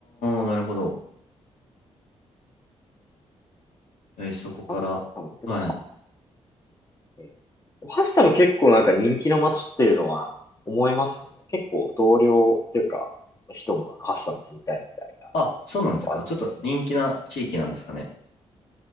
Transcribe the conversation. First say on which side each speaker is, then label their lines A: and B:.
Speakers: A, on the left; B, on the left.
A: ー、なるほど。えーそこから。
B: ハッサム、でも、
A: はい。
B: は、えーハッサム結構なんか人気の街っていうのは思いますね。結構同僚っていうか、人もなんかハッサム住みたいみたいな、
A: あ、そうなんですか。
B: あるんで。
A: ちょっと人気な地域なんですかね。